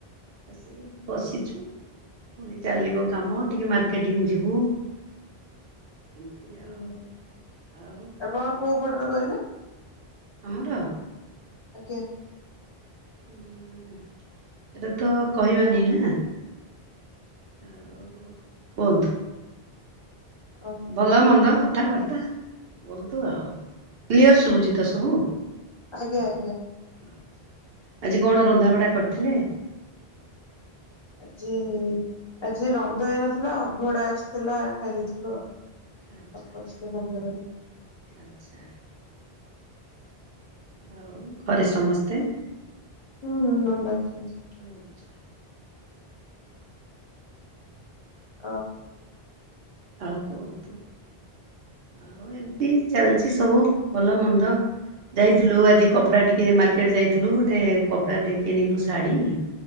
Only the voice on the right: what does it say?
ଆସିକି ବସିଛୁ। ପୁଣି ଚାଲିବ କାମ ଟିକେ ମାର୍କେଟିଂ ଯିବୁ। ଏମିତି
ଆଉ ଆଉ?
ତ
ଆମର?
ହୁଁ ଏଟା ତ କହିବାନି ନା? ଆଉ କୁହନ୍ତୁ?
ଭଲ ମନ୍ଦ କଥାବାର୍ତ୍ତା କୁହନ୍ତୁ ଆଉ କ୍ଲିଅର ଶୁଭୁଛି ତ ସବୁ?
ଆଛା ଆଜି କଣ ରନ୍ଧାବଢ଼ା କରିଥିଲେ?
ଆଚ୍ଛା
ଆଚ୍ଛା
ଆଚ୍ଛା। ଆଉ ଘରେ ସମସ୍ତେ?
ଆଚ୍ଛା।
ଆଉ କୁହନ୍ତୁ ଆଉ ଉ ଏମିତି ଚାଲିଛି ସବୁ ଭଲ ମନ୍ଦ ଯାଇଥିଲୁ ଆଜି କପଡ଼ା ଟିକେ ମାର୍କେଟ ଯାଇଥିଲୁ ଗୋଟେ କପଡ଼ା ଟିକେ କିଣିଲୁ ଶାଢ଼ୀ।